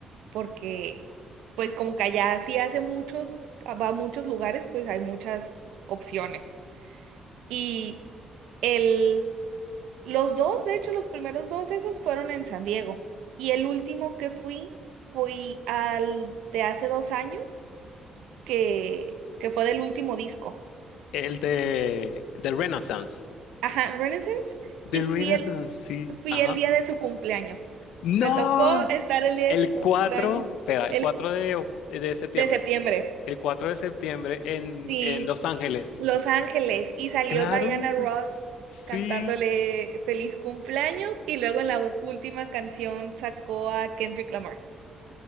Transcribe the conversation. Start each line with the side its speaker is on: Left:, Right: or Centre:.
Right: porque pues como que allá sí hace muchos, va a muchos lugares, pues hay muchas opciones. Y el, los dos, de hecho, los primeros dos esos fueron en San Diego. Y el último que fui, fui al de hace dos años, que, que fue del último disco.
Left: El de, de Renaissance.
Right: Ajá, Renaissance.
Left: De
Right: Y
Left: Renaissance,
Right: fui el,
Left: sí.
Right: fui
Left: Ajá.
Right: el día de su cumpleaños.
Left: ¡No!
Right: Me tocó estar el día
Left: El
Right: de su cumpleaños,
Left: 4, espera, el
Right: el
Left: 4 de, oc- de septiembre.
Right: de septiembre.
Left: El cuatro de septiembre en,
Right: Sí,
Left: en Los Ángeles.
Right: Los Ángeles y salió
Left: Claro,
Right: Diana Ross
Left: sí.
Right: cantándole feliz cumpleaños y luego en la u- última canción sacó a Kendrick Lamar